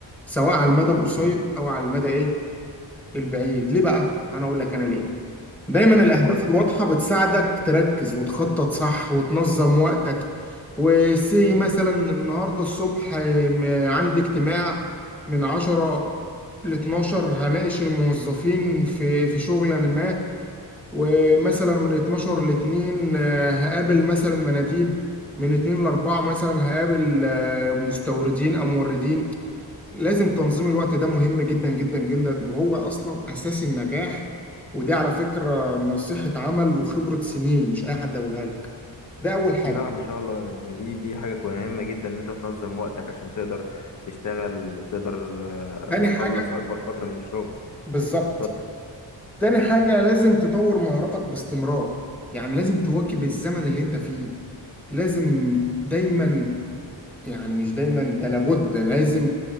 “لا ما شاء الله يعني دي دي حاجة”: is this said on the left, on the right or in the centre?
Left